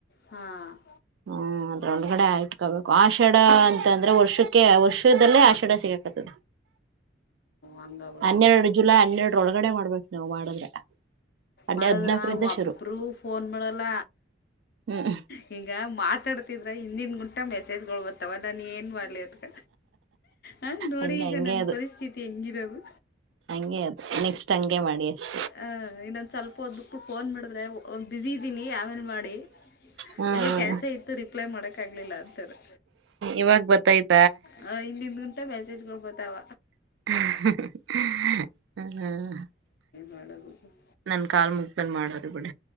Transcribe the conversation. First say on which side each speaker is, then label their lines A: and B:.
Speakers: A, on the left; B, on the right.
A: ಹಾಂ
B: ಹ್ಮ್ ಅದ್ರ ಒಂದಗಡೆ ಆಟ್ಕೋಬೇಕು ಆ ಶೆ ಅಂತ ಅಂದ್ರೆ ವರ್ಷಕ್ಕೆ ವರ್ಷದಲ್ಲೇ
A: ಹಾಂ
B: ಆಷಾಢ ಸಿಗಕದೆ
A: ಹಂಗಾಗೋಯ್ತದ
B: ಹನ್ನೆರಡು ಜುಲೈ ಹನ್ನೆರಡು ಒಳಗಡೆ ಮಾಡ್ಬೇಕು ನಾವು ಮಾಡಿದ್ರೆ ಅಲ್ಲಿ
A: ಮಾಡದ್ರ
B: ಹದ್ನಾಕರಿಂದ
A: ಒಬ್ಬರುೂ
B: ಶುರು
A: ಫೋನ್ ಮಾಡಲ್ಲ
B: ಹ್ಮ್
A: ಹಿಂಗ ಮಾತಾಡ್ತಿ ್ರ ಹಿಂದಿನ ಗಂಟಾ ಮೆಸೇಜ್ಗಳ್ಬತ್ತಾವ ನಾನ ಏನ್ ಮಾಡ್ಲಿ ಅದ್ಕ ಹ ನೋಡಿ
B: ಹಂಗೆ
A: ಈಗ
B: ಹಂಗೆ
A: ನನ್ನ
B: ಅದು
A: ಪರಿಸ್ಥಿತಿ ಹೆಂಗಿದವು
B: ಹಾಗ ಅದು ನೆಕ್ಸ್ಟ್ ಹಂಗೆ ಮಾಡಿ ಅಷ್ಟು
A: ಹಹ ಇನ್ನೊಂದ್ ಸ್ವಲ್ಪ ಓದ್ಕ್ ಬಿಟ್ಟು ಫೋನ್ ಮಾಡಿದ್ರೆ ಒ ಬಿಸಿ ಇದ್ದೀನಿ ಆಮೇಲೆ ಮಾಡಿ
B: ಹ್ಮ್
A: ಅಯ್ಯೋ ಕೆಲ್ಸ ಇತ್ತು ರಿಪ್ಲೈ ಮಾಡಕ್ಕಾಗ್ಲಿಲ್ಲ ಅಂತಾರೆ
B: ಇವಾಗ ಬತ್ತಾಯ್ತು
A: ಹ ಇಲ್ಲಿಂದ್ ಗುಂಟ ಮೆಸೇಜ್ ಕೊಡ್ಬೋತಾವ
B: ಹ್ಮ
A: ಮಾಡಬ <unintelligible>
B: ನನ್ ಕಾಲ್ ಮುಗ್ದಲ್ ಮಾಡ್ರಿ ಬಿಡ